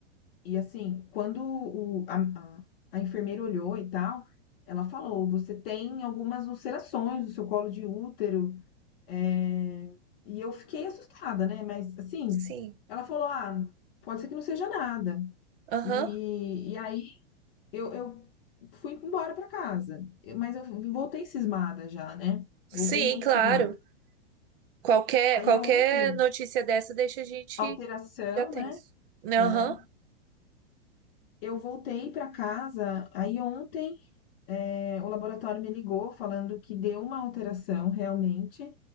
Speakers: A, on the left; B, on the right.
A: e assim, quando o- a, a, a enfermeira olhou e tal, ela falou: você tem algumas ulcerações no seu colo de útero. É, e eu fiquei assustada, né? Mas assim,
B: Sim.
A: ela falou: ah, pode ser que não seja nada.
B: Aham.
A: E, e aí eu, eu fui embora pra casa. Eu- Mas eu voltei cismada já, né?
B: Sim,
A: Voltei muito
B: claro.
A: cismada.
B: Qualquer
A: Aí
B: qualquer
A: ontem,
B: notícia dessa deixa a gente
A: alteração,
B: já tenso.
A: né?
B: Aham.
A: É. Eu voltei pra casa. Aí ontem, é, o laboratório me ligou falando que deu uma alteração realmente